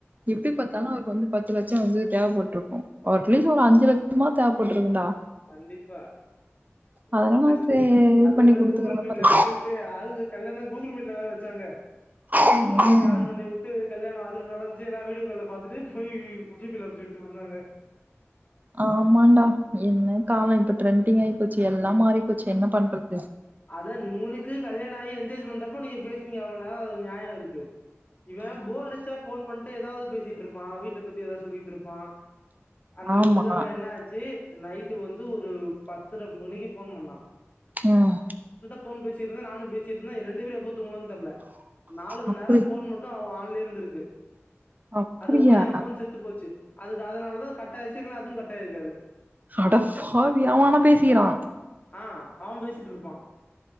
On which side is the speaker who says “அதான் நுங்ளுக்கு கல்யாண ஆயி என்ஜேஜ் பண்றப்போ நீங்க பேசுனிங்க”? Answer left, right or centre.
Left